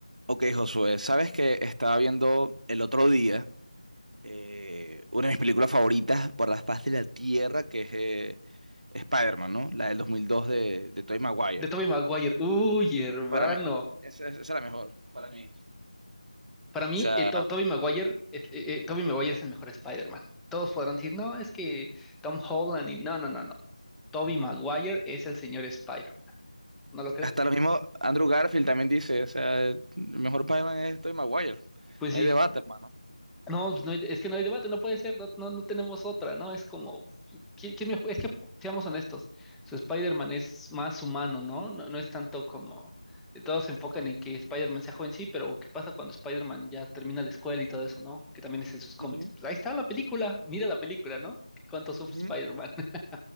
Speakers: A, on the right; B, in the centre.
A: Ok, Josué, sabes que estaba viendo el otro día eh, una de mis películas favoritas por la faz de la Tierra, que es eh, Spider-Man, ¿no? La del 2002 de, de Tobey Maguire.
B: de Tobey Maguire. Uy, hermano.
A: Para mí, esa, esa es la mejor, para mí. O
B: Para mí,
A: sea,
B: eh, To- Tobey Maguire, eh, eh, Tobey Maguire es el mejor Spider-Man. Todos podrán decir, no, es que Tom Holland y no, no, no, no. Tobey
A: Ujú.
B: Maguire es el señor Spider. ¿No lo crees?
A: hasta lo mismo Andrew Garfield también dice, o sea, el mejor Spider-Man es Tobey Maguire.
B: Pues
A: No
B: sí.
A: hay debate, hermano.
B: No, pues no hay- es que no hay debate, no puede ser, no, no, no tenemos otra, ¿no? Es como, ¿quién, quién mejor? Es que, seamos honestos, su Spider-Man es más humano, ¿no? No, no es tanto como, eh, todos se enfocan en que Spider-Man sea joven, sí, pero ¿qué pasa cuando Spider-Man ya termina la escuela y todo eso, ¿no? Que también es en sus cómics.
A: Ujú,
B: Pues ahí está la película, mira la película, ¿no? ¿Cuánto sufre
A: ujú.
B: Spider-Man? <laughs>